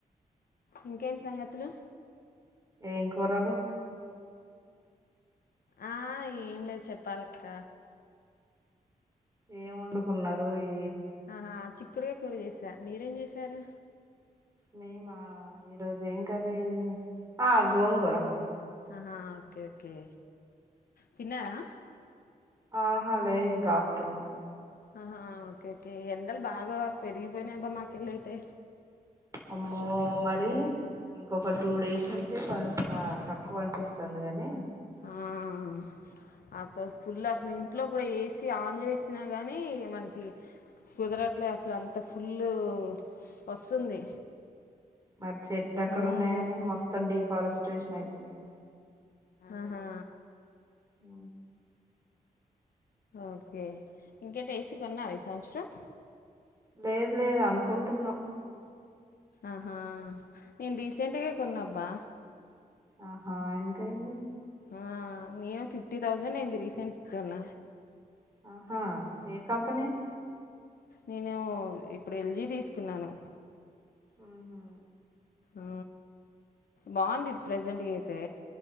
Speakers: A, on the left (about 75°); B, on the right (about 20°).
A: ఇంకేంటి సంగతులు
B: ఏం కూరలు
A: ఆ ఏం లేదు చెప్పారక్క
B: ఏం వండుకున్నారు ఏ
A: ఆహా చిక్కుడుగాయ కూర చేసా మీరేం చేశారు
B: మేమా ఈరోజు ఏం కరీ ఆ గోంగూర
A: హా ఓకే ఓకే తిన్నారా
B: ఆహా లేదు ఇంకా ఆఫ్టేర్నూన్
A: ఆహా ఓకే ఓకే ఎండలు బాగా పెరిగిపోయినాయి అబ్బా మాకెళ్ళయితే
B: అమ్మో మరి ఇంకొక టూ డేస్ నుంచే కాస్త తక్కువ అనిపిస్తుంది గాని
A: ఆహ అసలు ఫుల్ అసలు ఇంట్లో కూడా ఏసి ఆన్ చేసినా కానీ మనకి కుదరట్లే అసలు అంత ఫుల్ వస్తుంది
B: మరి చెట్లు ఎక్కడ
A: ఉమ్,
B: ఉన్నాయ అని మొత్తం డిఫారెస్టేషన్ అవుతుంది
A: ఆహా
B: ఊ
A: ఓకే ఇంకేట ఏసీ కొన్నార ఈ సంవత్సరం
B: లేదు లేదు అనుకుంటున్నాం
A: ఆహా నేను రీసెంట్గా కొన్నాబ్బా
B: ఆహా ఎంత ఐంది
A: ఆ నేను ఫిఫ్టీ థౌజండ్ అయింది రీసెంట్ గా కొన్న
B: ఆహా ఏ కంపనీ
A: నేను ఇప్పుడు ఎల్జీ తీసుకున్నాను
B: ఊహు
A: ఊ బాగుంది ప్రెజెంట్గా అయితే